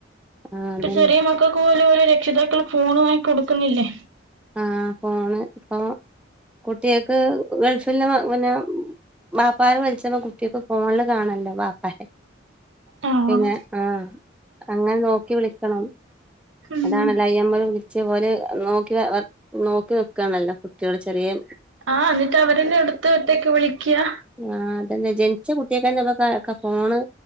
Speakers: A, in the centre; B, on the right.
A: ആഹ്
B: ഇപ്പ
A: അതന്നെ
B: ചെറിയ മക്കൾക്ക് പോലും ഓരോ രക്ഷിതാക്കള് ഫോണ് വാങ്ങി കൊടുക്കുന്നില്ലേ.
A: ആഹ് ഫോണ് പ്പൊ കുട്ട്യാൾക്ക് ഗൾഫില് മ പിന്നാ ബാപ്പാര് വ്ൾച്ച്മ്പൊ കുട്ട്യാൾക്ക് ഫോൺല് കാണാല്ലോ ബാപ്പാരേ
B: ആഹ്
A: പിന്നെ ആഹ്‌, അങ്ങനെ നോക്കി വിളിക്കണം
B: ഉം
A: അതാണല്ല ഐ എം ഒ വിളി ച്ചേ ഓര് നോക്കിവ വർ നോക്കി ന്ന്ക്കാണല്ലോ കുട്ട്യാള് ചെറിയെ
B: ആഹ്‌ ന്ന്ട്ട് അവരന്നെ എടുത്ത് ഒറ്റക്ക് വ്ളിക്ക്യാ
A: ആഹ്‌ അതന്നെ ജൻച്ച കുട്ട്യേക്കന്നെ ഇപ്പൊക്ക ക്ക ഫോണ്